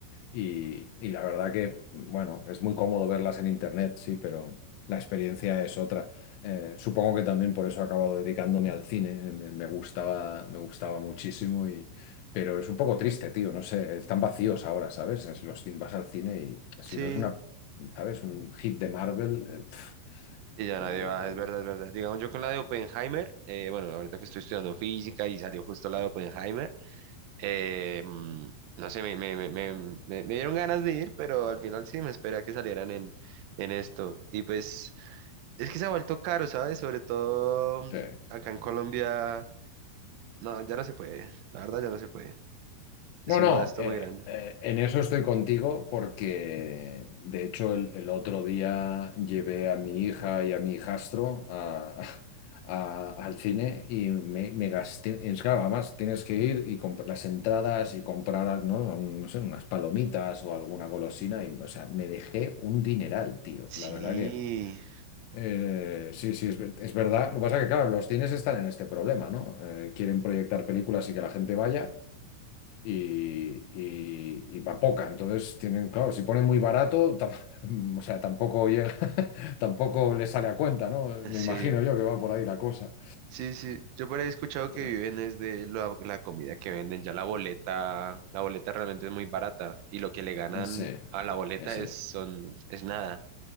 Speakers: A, on the left; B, on the right.
A: y, y la verdad que bueno, es muy cómodo verlas en internet, sí, pero la experiencia es otra. Eh, supongo que también por eso he acabado dedicándome al cine, eh, me, me gustaba, me gustaba muchísimo y pero es un poco triste, tío, no sé, están vacíos ahora, ¿sabes? Es los cin- vas al cine y si
B: sí.
A: no es una ¿sabes? Un hit de Marvel. eh, pf,
B: Sí, ya
A: eh,
B: nadie va, es verdad, es verdad. Digamos, yo con la de Oppenheimer, eh, bueno, ahorita que estoy estudiando física y salió justo la de Oppenheimer, Eh, mm, no sé, me, me, me, me, me- me dieron ganas de ir, pero al final sí me esperé a que salieran en, en esto. Y pues es que se ha vuelto caro, ¿sabes? Sobre todo mm,
A: sí.
B: acá en Colombia. No, ya no se puede. La verdad ya no se puede.
A: No,
B: Es un
A: no,
B: gasto
A: eh,
B: muy grande.
A: eh, en eso estoy contigo porque de hecho el, el otro día llevé a mi hija y a mi hijastro a- a- al cine y me, me gasté, es claro, además tienes que ir y comprar las entradas y comprar, ¿no? Un- no sé, unas palomitas o alguna golosina y, o sea, me dejé un dineral, tío, la
B: Sí,
A: verdad que... Eh, sí, sí, es, ve- es verdad. Lo que pasa es que, claro, los cines están en este problema, ¿no? Eh, quieren proyectar películas y que la gente vaya y, y, y va poca. Entonces, tienen, claro, si ponen muy barato, tam- <laughs> o sea, tampoco llega, <laughs> tampoco les sale a cuenta, ¿no? Me
B: sí,
A: imagino yo que va por ahí la cosa.
B: sí, sí. Yo por ahí he escuchado que
A: Eh,
B: viven es de la, la comida que venden. Ya la boleta, la boleta realmente es muy barata y lo que le ganan
A: sí,
B: a la boleta
A: ese.
B: es, son, es nada.